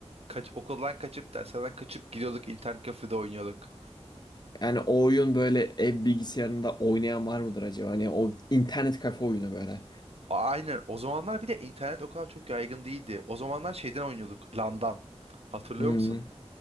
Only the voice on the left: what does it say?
yani o oyun böyle ev bilgisayarında oynayan var mıdır acaba? Hani o internet kafe oyunu böyle.
Hmm.